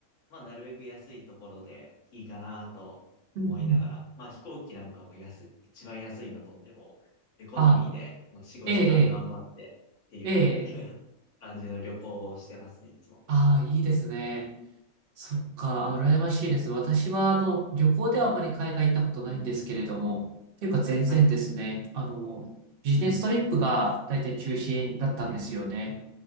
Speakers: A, on the left (about 65°); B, on the right (about 65°).
A: まあなるべく安いところでいいかなと思いながら、
B: うんうん、
A: まあ飛行機なんかも安い、一番安いのとっても、エコノミーでまあ4、
B: ああ、
A: 5時間頑張ってっていう
B: ええ、ええ、
A: <laughs>
B: ええ
A: 感じの旅行をしてますね、いつも。
B: ああ、いいですね。そっか、羨ましいです。私は、あの、旅行ではあまり海外行ったことないんですけれども、っていうか全然ですね、
A: はいはい。
B: あの、ビジネストリップが大体中心だったんですよね。
A: うん。うん。